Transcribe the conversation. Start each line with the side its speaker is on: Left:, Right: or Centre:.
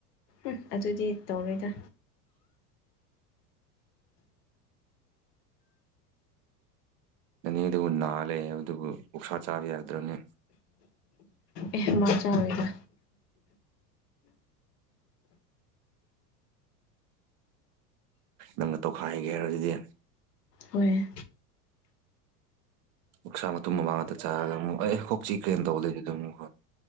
Left: ꯎꯝ ꯑꯗꯨꯗꯤ ꯇꯧꯔꯣꯏꯗ
Right: ꯑꯅꯤꯗꯨꯕꯨ ꯅꯥꯜꯂꯦ ꯍꯥꯏꯕꯗꯨꯕꯨ ꯑꯣꯛꯁꯥ ꯆꯥꯕ ꯌꯥꯗ꯭ꯔꯕꯅꯦ
Left: ꯑꯦ ꯃꯥ ꯆꯔꯣꯏꯗ
Right: ꯅꯪꯅ ꯇꯧꯈꯥꯏꯒꯦ ꯍꯥꯏꯔ ꯑꯗꯨꯗꯤ
Left: ꯍꯣꯏ
Right: ꯑꯣꯛꯁꯥ ꯃꯇꯨꯝ ꯃꯃꯥꯡ ꯉꯥꯛꯇ ꯆꯥꯔꯒ ꯑꯃꯨꯛ ꯑꯦ ꯀꯣꯛꯆꯤ ꯀ꯭ꯔꯅ ꯇꯧꯕ ꯂꯩꯗꯨꯗꯤ ꯑꯃꯨꯛ